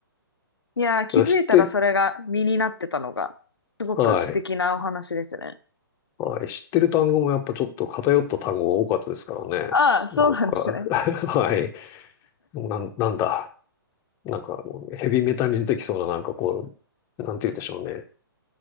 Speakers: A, on the left (about 85°); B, on the left (about 25°).
A: いやー、気づいたらそれが身になってたのがすごく素敵なお話ですね。
B: <laughs> 知って、はい。はい。知ってる単語もやっぱちょっと偏った単語が多かったですからね。
A: ああ、そうなんですね。
B: なんか <laughs> はい。なん、なんだ。なんか、ヘビメタに出てきそうな、なんかこう、なんて言うんでしょうね。